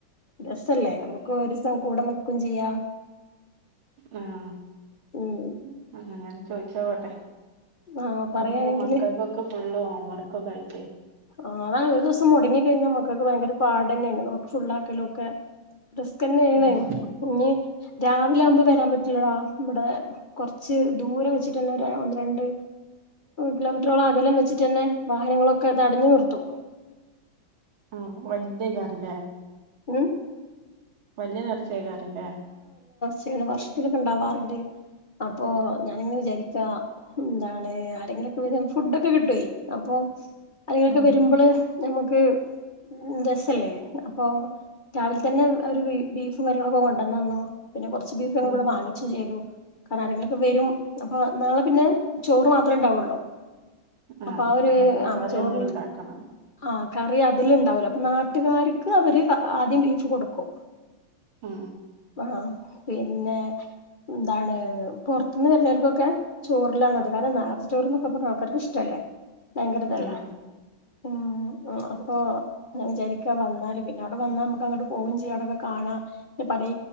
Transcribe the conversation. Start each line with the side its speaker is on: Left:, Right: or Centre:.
Left: രസല്ലേ നമ്മുക്ക് ഒരുസം കൂട നിക്കു ചെയ്യാം
Right: ആഹ
Left: ഉം
Right: ആ ഞാൻ ചോദിച്ച നോക്കട്ടെ
Left: ആ പറയാണെങ്കില്
Right: അതിപ്പോ മക്കൾക്കൊക്കെ ഫുള്ള് ഓ വർക്കൊക്കെ ആയിട്ടെ
Left: ഓണാവൂ ഒരു ദിവസം മുടങ്ങിക്കഴിഞ്ഞാൽ മക്കൾക്ക് ഭയങ്കര പാട ടെന്നേണ് നോട്ട് ഫുള്ളാക്കലൊക്കെ റിസ്ക്കെന്നേണ്
Right: ഉം
Left: ഇഞ്ഞി രാവിലെ ആവുമ്പവരാൻ പറ്റില്ലടാ ഇവിടെ കൊർച്ച് ദൂരം വെച്ചിട്ടന്നെ ഒര് ഒന്ന് രണ്ട് കിലോമീറ്ററോളം അകലം വെച്ചിട്ടന്നെ വാഹനങ്ങളൊ ക്കെ തടഞ്ഞു നിർത്തും
Right: ആ വല്ല്യ <unintelligible>
Left: ഏ
Right: വല്യ നേർച്ച ഏക്കാരെ ല്ലേ
Left: ചെല വർഷത്തിലൊക്കെ ഇ ണ്ടാവാറുണ്ട്. അപ്പൊ ഞാന് ഇ ങ്ങനെ വിചാരിക്കാ എന്താണ് ആരെങ്കിലും ഒക്കെ വരുവാണെ ഫുഡ ഒക്കെ കിട്ടോ അപ്പൊ ആരെങ്കിലും
Right: ഉം
Left: ക്കെ വരുമ്പോള് നമുക്ക് രസല്ലേ അപ്പൊ രാവിലെ തന്നെ ഒരു ബീഫും കാര്യങ്ങളൊക്കെ കൊണ്ട ന്നന്നു പിന്നെ കൊർച്ച് ബീഫ് ഞങ്ങള്
Right: ഉം
Left: ഇവിടെ വാങ്ങിച്ചു ചെയ്തു. കാരണം ആരെങ്കിലൊക്കെ വരും. അപ്പൊ നാളെ പിന്നെ ചോറ് മാത്രേ ഉണ്ടാവുള്ളൂ.
Right: ആഹ
Left: അപ്പൊ ആ ഒരു
Right: അങ്ങനെ
Left: ആ
Right: കറി
Left: ചോറിൽ
Right: അമ്മള് ണ്ടാക്കണം.
Left: ആ കറി അതില് ഇണ്ടാവല്ലോ അപ്പൊ നാട്ടുകാർക്ക് അവര് പ ആദ്യം ബീഫ് കൊടുക്കും
Right: ആ
Left: അഹ് പിന്നെ എന്താണ് പൊറത്ത്ന്ന് വരുന്നവർക്കൊക്കെ ചോറിലാണ് അത് കാരണം നേർച് ചോറൊക്കെ പറ്ന്ന ആൾക്കാർക്ക് ഇഷ്ടല്ലേ ഭയങ്കരതെല്ല
Right: ആഹ്
Left: ഉം ആഹ് അപ്പൊ ഞാചാരിക്ക വന്നാല് പിന്നെ അവ്ടെ വന്നാ നമുക്ക് അങ്ങോട്ട് പോവും ചെയ്യാം അതൊക്കെ കാണാ ന്റെ പലേ